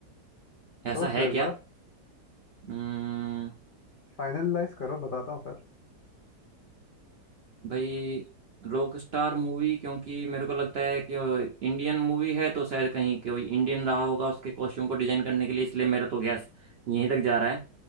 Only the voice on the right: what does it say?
ऐसा
है
क्या
हम्म
भाई रॉकस्टार मूवी क्योंकि मेरे को लगता है कि इंडियन मूवी है तो शायद कहीं कोई इंडियन रहा होगा उसके कॉस्ट्यूम को डिजाइन करने के लिए इसलिए मेरा तो गैस यहीं तक जा रहा है